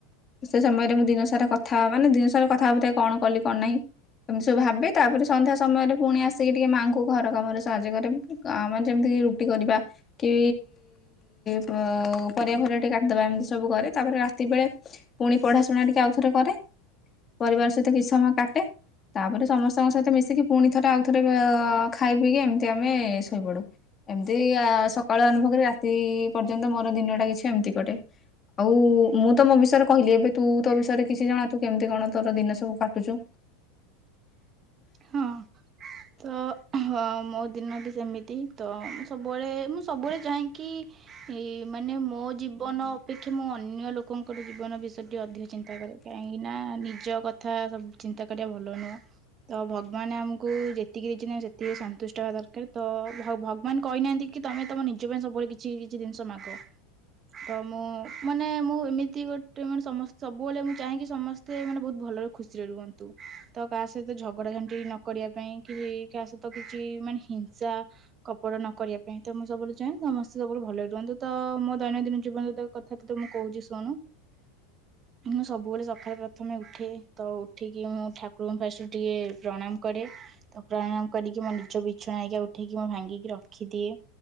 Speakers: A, on the left (about 30°); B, on the right (about 35°).
A: ସେ ସମୟରେ ମୁଁ ଦିନ ସାରା କଥା ମାନେ ଦିନ ସାରା କଥା ହବ କଣ କଲି କଣ ନାହିଁ ଏମିତି ସବୁ ଭାବେ ତାପରେ ସନ୍ଧ୍ୟା ସମୟରେ ପୁଣି ଆସିକି ଟିକେ ମାଆଙ୍କୁ ଘର କାମରେ ସାହାଯ୍ୟ କରେ ମାନେ ଯେମିତି ରୁଟି କରିବା କି ପ ପରିବା ଫରିଵା ଟିକେ କାଟିଦବା ଏମିତି ସବୁ କରେ ତାପରେ ରାତ୍ ତିବେଳେ ପୁଣି ପଢାଶୁଣା ଟିକେ ଆଉଥରେ କରେ ପରିବାର ସହିତ କିଛି ସମୟ କାଟେ ତାପରେ ସମସ୍ତଙ୍କ ସହିତ ମିଶିକି ପୁଣି ଥରେ ଆଉଥରେ ଅ ଖାଇ ପିଇକି ଏମିତି ଆମେ ଶୋଇପଡୁ ଏମିତି ଆ ସକାଳ ଆରମ୍ଭ କରି ରାତି ପର୍ଯ୍ୟନ୍ତ ମୋର ଦିନଟା କିଛି ଏମିତି କଟେ ଆଉ ଉ ମୁଁ ତ ମୋ ବିଷୟରେ କହିଲି ଏବେ ତୁ ତୋ ବିଷୟରେ କିଛି ଜଣା ତୁ କେମିତି କଣ ତୋର ଦିନ ସବୁ କାଟୁଚୁ।
B: ହଁ ତ ମୋ ଦିନ ବି ସେମିତି ତ ମୁ ସବୁବେଳେ ମୁଁ ସବୁବେଳେ ଚାହେକି ଇ ମାନେ ମୋ ଜୀବନ ଅପେକ୍ଷା ମୁଁ ଅନ୍ୟ ଲୋକଙ୍କର ଜୀବନ ବିଷୟ ରେ ଅଧିକ ଚିନ୍ତା କରେ କାହିଁକି ନା ନିଜ କଥା ଚିନ୍ତା କରିବା ଭଲ ନୁହଁ। ତ ଭଗବାନ ଆମକୁ ଯେତିକି ଦେଇଛନ୍ତି ସେତିକି ସନ୍ତୁଷ୍ଟ ହେବା ଦରକାର ତ ଭଗବାନ କହିନାହାନ୍ତି କି ତମେ ତମ ନିଜ ପାଇଁ ସବୁବେଳେ କିଛି କିଛି ଜିନିଷ ମାଗ ତ ମୁଁ ମାନେ ମୁଁ ଏମିତି ଗୋଟେ ମାନେ ସମସ୍ତେ ସବୁବେଳେ ମୁଁ ଚାହେକି ସମସ୍ତେ ମାନେ ବହୁତ ଭଲରେ ଖୁସିରେ ରୁହନ୍ତୁ ତ କାହା ସହିତ ଝଗଡା ଝାଣ୍ଟି ନ କରିବା ପାଇଁ କି କାହା ସହିତ କିଛି ମାନେ ହିଂସା କପଟ ନ କରିବା ପାଇଁ ତ ମୁଁ ସବୁବେଳେ ଚାହେଁ ସମସ୍ତେ ସବୁବେଳେ ଭଲରେ ରୁହନ୍ତୁ ତ ମୋ ଦୈନନ୍ଦିନ ଜୀବନ ତ କଥା ତତେ ମୁଁ କହୁଛି ଶୁଣୁ ମୁଁ ସବୁବେଳେ ସକାଳେ ପ୍ରଥମେ ଉଠେ ତ ଉଠିକି ମୁଁ ଠାକୁରଙ୍କୁ ଫାଷ୍ଟ ଟିକେ ପ୍ରଣାମ କରେ ତ ପ୍ରଣାମ କରିକି ମୋ ନିଜ ବିଛଣା ଆ ଉଠେଇକି ମୁ ଭାଙ୍ଗିକି ରଖିଦିଏ